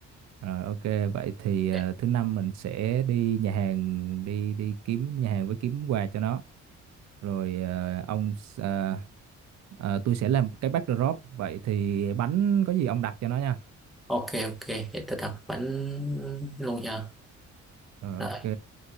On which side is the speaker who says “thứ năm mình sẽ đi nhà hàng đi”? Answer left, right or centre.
Right